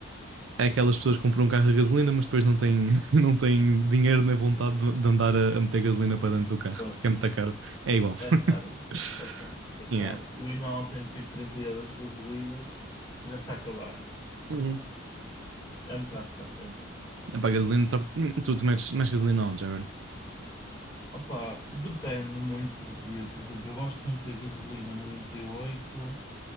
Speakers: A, on the right; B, on the left.
A: É aquelas pessoas que compram um carro a gasolina, mas depois não têm, <laughs> não têm dinheiro nem vontade de de andar a, a meter gasolina para dentro do carro,
B: Pois,
A: porque é muito caro. É igual. <laughs>
B: é caro, é caro, é caro.
A: Yeah.
B: Eu ainda ontem meti 30 euros de gasolina, já está a acabar.
A: Uhum.
B: É um bocado caro, é verdade.
A: É para a gasolina, tá- hum, tu, tu metes mais gasolina onde, já agora?
B: Opa, depende muito do dia. Por exemplo, eu gosto de meter gasolina 98,